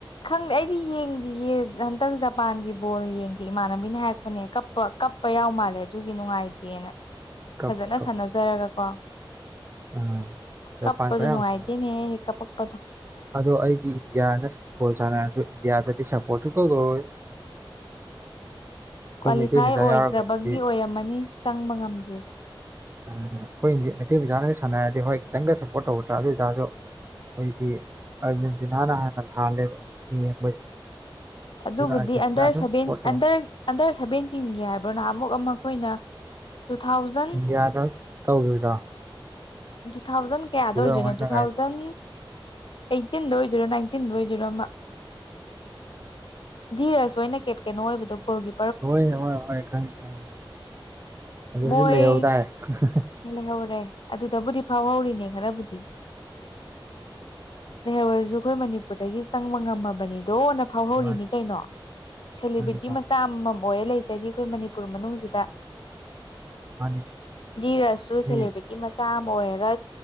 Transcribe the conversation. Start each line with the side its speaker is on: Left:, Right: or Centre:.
Left: ꯈꯪꯗꯦ ꯑꯩꯗꯤ ꯌꯦꯡꯗꯤꯌꯦ ꯍꯟꯇꯛ ꯖꯄꯥꯟꯒꯤ ꯕꯣꯜ ꯌꯦꯡꯗꯦ ꯏꯃꯥꯟꯅꯕꯤꯅ ꯍꯥꯏꯔꯛꯄꯅꯦ ꯀꯞ ꯄꯥ ꯀꯞꯄ ꯌꯥꯎ ꯃꯥꯜꯂꯦ ꯑꯗꯨꯒꯤ ꯅꯨꯡꯉꯥꯏꯇꯦꯅ
Right: ꯀꯞꯄꯨ
Left: ꯐꯖꯅ
Right: ꯀꯞ
Left: ꯁꯥꯟꯅꯖꯔꯒꯀꯣ
Right: ꯎꯝ ꯖꯄꯥꯟ
Left: ꯀꯞꯄꯗꯨ
Right: ꯈꯔ
Left: ꯅꯨꯡꯉꯥꯏꯇꯦꯅꯦꯍ‌ꯦ
Right: ꯌꯥꯝ ꯁꯥꯟꯅꯩ
Left: ꯀꯞꯄꯛꯄꯗꯣ
Right: ꯑꯗꯣ ꯑꯩꯗꯤ ꯏꯟꯗꯤꯌꯥꯗ ꯐꯨꯠꯕꯣꯜ ꯁꯥꯟꯅꯔꯁꯨ ꯏꯟꯗꯤꯌꯥꯗꯗꯤ ꯁꯝꯄꯣꯔ꯭ꯠ ꯁꯨꯛꯇꯧ ꯇꯧꯔꯣꯏ ꯑꯩꯈꯣꯏ
Left: ꯀ꯭ꯋꯥꯂꯤꯐꯥꯏ
Right: ꯃꯩꯇꯩ ꯃꯆꯥ
Left: ꯑꯣꯏꯗ꯭ꯔꯕꯒꯤ
Right: ꯌꯥꯎꯔꯒꯕꯨꯗꯤ
Left: ꯑꯣꯏꯔꯝꯃꯅꯤ ꯆꯪꯕ ꯉꯝꯗ꯭ꯔꯤꯁꯦ꯫
Right: ꯑꯩꯈꯣꯏ ꯃꯩꯇꯩ ꯃꯆꯥꯅꯒ ꯁꯥꯟꯅꯔꯗꯤ ꯍꯣꯏ ꯈꯤꯇꯪꯒ ꯁꯞꯄꯣꯔꯠ ꯇꯧꯕ ꯇꯥ ꯑꯗꯨꯇꯔꯁꯨ ꯑꯩꯗꯤ ꯑꯥꯔꯖꯦꯟꯇꯤꯅꯥꯅ ꯍꯥꯟꯅ ꯍꯜꯂꯦꯕ ꯌꯦꯡꯕꯁꯦ
Left: ꯑꯗꯨꯕꯨꯗꯤ
Right: ꯑꯗꯨꯅ ꯑꯥꯔꯖꯦꯟꯇꯤꯅꯥ
Left: ꯑꯟꯗꯔ
Right: ꯑꯗꯨꯝ
Left: ꯁꯚꯦꯟ
Right: ꯁꯞꯄꯣꯔꯠ ꯇꯧ
Left: ꯑꯟꯗꯔ ꯑꯟꯗꯔ ꯁꯚꯦꯟꯇꯤꯟꯒꯤ ꯍꯥꯏꯕꯔ ꯅꯍꯟ ꯃꯨꯛ ꯑꯃ ꯑꯩꯈꯣꯏꯅ ꯇꯨ ꯊꯥꯎꯖꯟ
Right: ꯏꯟꯗꯤꯌꯥꯗ ꯇꯧꯒꯤꯕꯗꯣ
Left: ꯇꯨ ꯊꯥꯎꯖꯟ ꯀꯌꯥꯗ ꯑꯣꯏꯗꯣꯏꯅꯣ
Right: ꯑꯣꯏꯔꯝꯒꯅꯤ
Left: ꯇꯨ
Right: ꯅꯨꯡꯉꯥꯏ
Left: ꯊꯥꯎꯖꯟ ꯑꯩꯇꯤꯟꯗ ꯑꯣꯏꯗꯣꯏꯔꯣ ꯅꯥꯏꯟꯇꯤꯟꯗ ꯑꯣꯏꯗꯣꯏꯔꯣ ꯑꯃ ꯙꯤꯔꯁ ꯑꯣꯏꯅ ꯀꯦꯞꯀꯩꯅꯣ ꯑꯣꯏꯕꯗꯣ ꯒꯣꯜꯒꯤ
Right: ꯍꯣꯏ ꯍꯣꯏ ꯍꯣꯏ ꯈꯪꯉꯦ ꯈꯪꯉꯦ ꯈꯪꯉ‌ꯦ ꯑꯗꯨꯁꯨ
Left: ꯃꯣꯏ
Right: ꯂꯩꯍꯧꯗꯥꯏ ꯍ ꯍ ꯍ
Left: ꯂꯩꯍꯧꯔꯦ ꯑꯗꯨꯗꯕꯨꯗꯤ ꯐꯥꯎꯍꯧꯔꯤꯅꯦ ꯈꯔꯕꯨꯗꯤ ꯂꯩꯍꯧꯔꯁꯨ ꯑꯩꯈꯣꯏ ꯃꯅꯤꯄꯨꯔꯗꯒꯤ ꯆꯪꯕ ꯉꯝꯃꯕꯅꯤꯗꯣꯅ ꯐꯧꯍꯧꯔꯤꯅꯤ
Right: ꯃꯥꯅꯤ
Left: ꯀꯩꯅꯣ ꯁꯦꯂꯦꯕ꯭ꯔꯤꯇꯤ
Right: ꯃꯥꯅꯤ
Left: ꯃꯆꯥ ꯑꯃꯃꯝ ꯑꯣꯏꯔ ꯂꯩ ꯉꯁꯥꯏꯒꯤ ꯑꯩꯈꯣꯏ ꯃꯅꯤꯄꯨꯔ ꯃꯅꯨꯡꯖꯤꯗ
Right: ꯃꯥꯅꯤ
Left: ꯗꯤꯔꯁꯨ
Right: ꯃꯤ
Left: ꯁꯦꯂꯦꯕ꯭ꯔꯤ ꯃꯆꯥ ꯑꯃ ꯑꯣꯏꯔꯒ